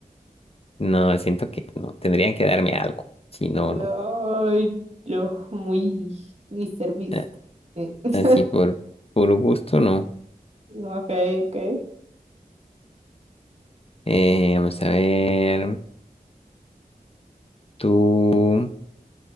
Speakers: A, on the left; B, on the right.
A: no, siento que no. Tendrían que darme algo. Si no,
B: Ay,
A: no.
B: yo, muy Mr. Beast.
A: Eh,
B: Sí. <laughs>
A: Así por puro gusto, no.
B: Ok, ok.
A: Eh, vamos a ver. ¿Tú